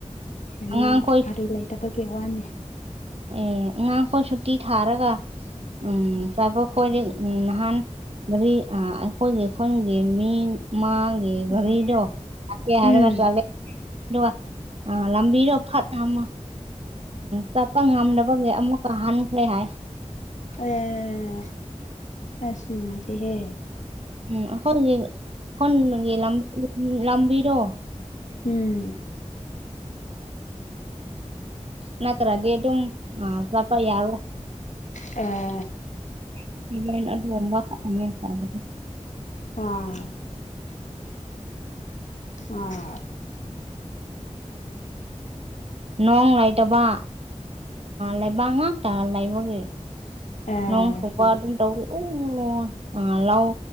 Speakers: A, on the left (about 75°); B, on the right (about 55°).
A: ꯀꯩꯅꯣ
B: ꯑꯉꯥꯡꯈꯣꯏ
A: ꯒꯔꯤ ꯂꯩꯇꯕꯒꯤ ꯋꯥꯅꯤ
B: ꯑꯦ ꯑꯉꯥꯡꯈꯣꯏ ꯁꯨꯇꯤ ꯊꯥꯔꯒ ꯎꯝ ꯆꯥꯕ ꯈꯣꯏꯗꯤ ꯎꯝ ꯅꯍꯥꯟ ꯃꯔꯤ ꯑ ꯑꯩꯈꯣꯏꯒꯤ ꯈꯨꯟꯒꯤ ꯃꯤ ꯃꯥꯥꯒꯤ ꯒꯔꯤꯗꯣ
A: ꯎꯝ
B: ꯆꯥꯛꯀꯦ ꯍꯥꯏꯔꯒ
A: ꯎꯝ
B: ꯆꯠꯂꯦ ꯑꯗꯨꯒ ꯋꯥ ꯑ ꯂꯝꯕꯤꯗꯣ ꯐꯥꯠ ꯎꯝ ꯆꯠꯄ ꯉꯝꯗꯕꯒꯤ ꯑꯃꯨꯛꯀ ꯍꯟꯈ꯭ꯔꯦ ꯍꯥꯏ
A: ꯑꯦ ꯑꯁ ꯅꯨꯡꯉꯥꯏꯇꯦꯍꯦ
B: ꯎꯝ ꯑꯩꯈꯣꯏꯒꯤ ꯈꯨꯟꯒꯤ ꯂꯝꯕꯤꯗꯣ <inaudible>
A: ꯎꯝ
B: ꯅꯠꯇ꯭ꯔꯗꯤ ꯑꯗꯨꯝ ꯑ ꯆꯠꯄ ꯌꯥꯔꯣꯢ
A: ꯑꯦ
B: <inaudible>
A: ꯑꯥ ꯑꯥ
B: ꯅꯣꯡ ꯂꯩꯇꯕ ꯂꯩꯕꯥꯛ ꯉꯥꯛꯇ ꯂꯩꯕꯒꯤ
A: ꯑꯦ
B: ꯅꯣꯡ ꯁꯨꯕ ꯑꯗꯨ ꯇ ꯑꯣ <inaudible> ꯑ ꯂꯥꯎ